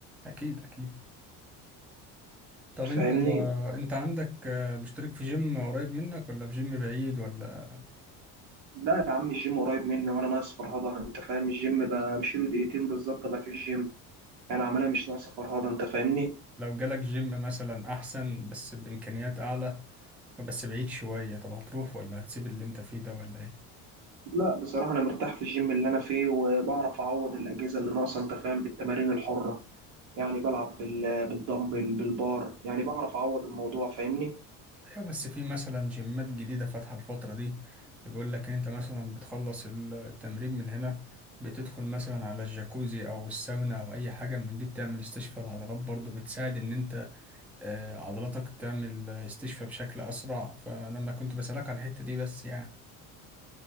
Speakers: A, in the centre; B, on the right (about 85°).
A: اكيد اكيد طب
B: فاهمني
A: انت انت عندك آه، مشترك في جيم قريب منك ولا في جيم بعيد ولا
B: لا يا عم الجيم قريب مني وانا ناقص فرهضه انت فاهم الجيم بمشيله دقيقتين بالظبط ابقى في الجيم انا عملها مش ناقصه فرهضه انت فاهمني
A: لو جالك جيم مثلا احسن بس بامكانيات اعلى بس بعيد شويه طب هتروح ولا هتسيب اللي انت فيه ده ولا ايه
B: لا بصراحه انا مرتاح في الجيم اللي انا فيه وبعرف اعوض الاجهزه اللي ناقصه انت فاهم بالتمارين الحره يعني بلعب بال- بالدمبل بالبار يعني بعرف اعوض الموضوع فاهمني
A: ايوه بس في مثلا جيمات جديدة فاتحة الفترة دي بيقول لك إن انت مثلا بتخلص التمرين من هنا بتدخل مثلا على الجاكوزي او الساونا او اي حاجة من دي بتعمل استشفاء العضلات برضو بتساعد ان انت آه، عضلاتك تعمل استشفاء بشكل اسرع فانا ما كنت بسألك على الحتة دي بس يعني